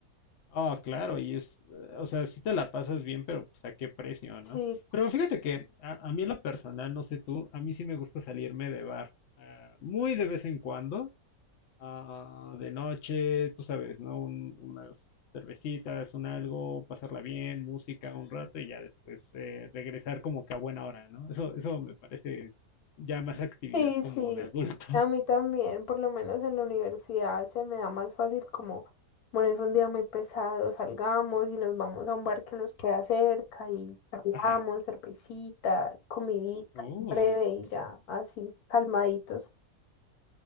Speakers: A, on the left; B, on the left.
A: Oh, claro, y es, eh, o sea, si te la pasas bien, pero pues a qué precio, ¿no?
B: Sí,
A: Pero fíjate que a, a mí en lo personal, no sé tú, a mí sí me gusta salirme de bar, ah, muy de vez en cuando. ah, de noche, tú sabes, ¿no? Un- unas cervecitas, un algo, pasarla bien, música un rato y ya después eh, regresar como que a buena hora, ¿no? Eso, eso me parece ya más actividad
B: Sí,
A: como
B: sí,
A: de adulto.
B: a mí
A: <laughs>
B: también, por lo menos en la universidad se me da más fácil como, bueno, es un día muy pesado, salgamos y nos vamos a un bar que nos queda cerca y charlamos,
A: Ajá.
B: cervecita, comidita,
A: Uy,
B: breve y ya, así, calmaditos.